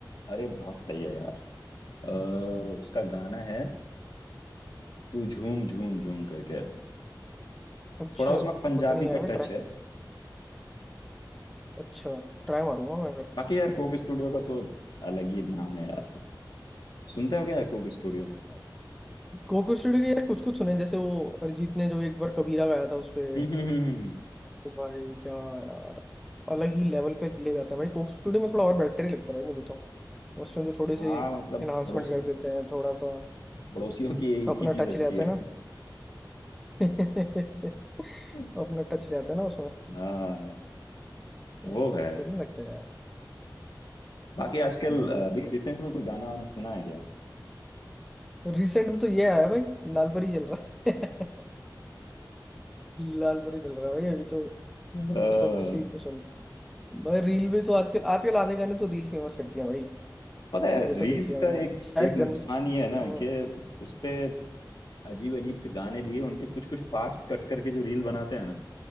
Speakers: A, on the left; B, in the centre.
A: अरे बहुत सही है यार अ, उसका गाना है तू झूम झूम झूम करके
B: अच्छा
A: थोड़ा उसमें पंजाबी
B: पता नहीं यार
A: का टच
B: ट्राई
A: है
B: अच्छा ट्राई मारूंगा मैं
A: बाकी यार कोक स्टूडियो का तो अलग ही नाम है यार सुनते हो क्या कोक स्टूडियो
B: अगर कोको स्टूडियो के यार कुछ कुछ सुने जैसे वो अरिजीत ने जो एक बार कबीरा गाया था उसपे
A: हम्म हम्म, हम्म, हम्म।
B: तो भाई क्या यार अलग ही लेवल पे ले जाता है भाई कोको स्टूडियो में थोड़ा और बेटर ही लगता है भाई मुझे तो उसमें जो थोड़ी
A: हाँ
B: सी
A: मतलब
B: इन्हांसमेंट
A: पड़ोस
B: कर देते हैं थोड़ा सा
A: पड़ोसियों की एक
B: अपना
A: ही चीज
B: टच
A: अच्छी
B: ले आते
A: है
B: हैं ना <laughs>
A: <laughs>
B: अपना टच ले आते हैं ना उसमें
A: हाँ
B: अ,
A: वो है
B: बढ़िया लगता है यार
A: बाकी आजकल
B: नहीं
A: अ, अभी रिसेंट में कोई गाना वाना सुना है क्या
B: रिसेंट में तो ये आया भाई लाल परी चल रहा है <laughs> लाल परी चल रहा है भाई अभी तो
A: अ,
B: सब उसी को सुनते हैं। भाई रील भी तो आजकल आजकल आधे गाने तो रील फेमस करती है भाई
A: पता है
B: ये
A: रील्स
B: तो देख लिया मैंने
A: का एक
B: शायद
A: एक नुकसान
B: गन
A: ये है ना
B: हम्म,
A: कि उसपे अजीब अजीब से गाने दिए उनके कुछ कुछ पार्ट्स कट करके जो रील बनाते हैं ना